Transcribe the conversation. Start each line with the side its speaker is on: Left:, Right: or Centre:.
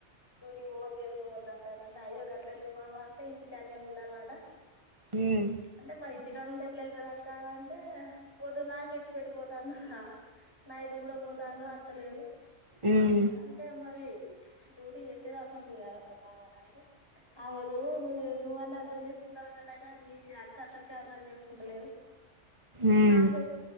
Left: డ్యూటీకి పోవద్ ఏమి పోవద్దంటాన అంటే అయ్యో గట్ల ఎట్ల ఎందుకు బాబ అంటే ఇంటికి అన్న ఉండాల అంట
Right: ఉమ్
Left: అంటే మరి ఇంటికి ం ఎట్ల అక్క అంటే పొదు నా ఇ ఇడిచి పెట్టి పోతాండ్ర కా నైట్ కూద పోతండు అ పత్తనే ఏడు
Right: ఉమ్
Left: అనంటే మరి డూటీ చేసేదిసంటంది ఎరక్క బావ అని అంటే, ఆ వధుడు నువ్వు నువ్వన్న అర్థం చేసుకుంటా కనీ అయితే మీ అక్క అక్కడిక అర్థం చేసుకుంటలేదు.
Right: ఉమ్
Left: నాగ